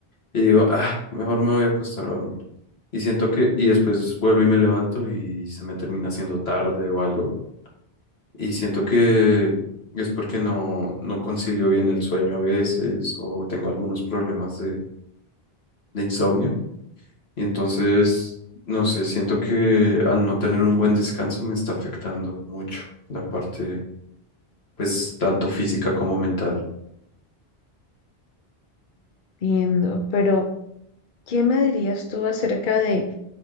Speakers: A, on the left; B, on the left.
A: y digo, ah, mejor me voy a acostar a dormir. Y siento que, y después vuelvo y me levanto y se me termina haciendo tarde o algo. Y siento que es porque no, no concilio bien el sueño a veces o tengo algunos problemas de, de insomnio. Y entonces, no sé, siento que al no tener un buen descanso me está afectando mucho la parte, pues, tanto física como mental.
B: Entiendo, pero ¿qué me dirías tú acerca de